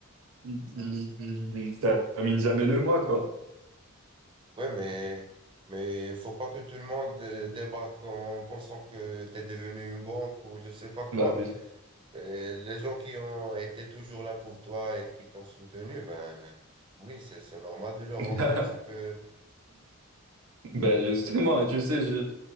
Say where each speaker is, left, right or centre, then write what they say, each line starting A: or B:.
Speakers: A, on the right; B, on the right.
A: ils, ils, ils- ils terminent jamais le mois, quoi.
B: Ouais, mais mais faut pas que tout le monde euh, débarque en pensant que tu es devenu une banque ou je sais pas quoi.
A: Bah, mais-
B: Euh, les gens qui ont été toujours là pour toi et qui t'ont soutenu, ben oui, c'est c'est normal de leur
A: <laughs>
B: rendre un petit peu.
A: bah justement, et tu sais, je,